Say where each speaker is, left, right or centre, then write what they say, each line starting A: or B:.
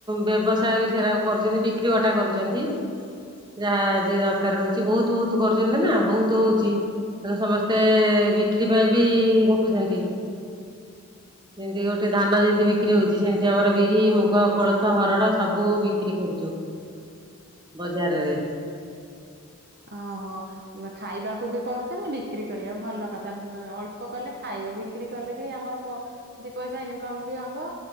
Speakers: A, on the right; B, on the right.
A: ବ୍ୟବସାୟ ବି ସେରା କରୁଚନ୍ତି ବିକ୍ରି ବଟା କରୁଚନ୍ତି। ଯାହା ଯିଏ ଦରକାର ହଉଚି, ବହୁତୁ ବହୁତୁ କରୁଛନ୍ତି ନା ବହୁତୁ ହଉଚି। ତେଣୁ ସମସ୍ତେ ବିକ୍ରି ପାଇଁ ବି ରଖୁଚନ୍ତି। ଯେମିତି ଗୋଟେ ଧାନ ଯେମିତି ବିକ୍ରି ହଉଚି, ସେମିତି ଆମର ବିରି, ମୁଗ, କୋଳଥ, ହରଡ଼ ସବୁ ବିକ୍ରି କରୁଚୁ। ବଜାରରେ।
B: ଅ ହ। ନା ଖାଇବାକୁ ବି କରୁଚନ୍ତି। ବିକ୍ରି କରିବାକୁ, ଭଲ କଥା ଅଳ୍ପ କଲେ ଖାଇବ ବି ବିକ୍ରି କଲେ ବି ଆମର ପ ଦି ପଇସା ଇନକମ୍ ବି ହବ।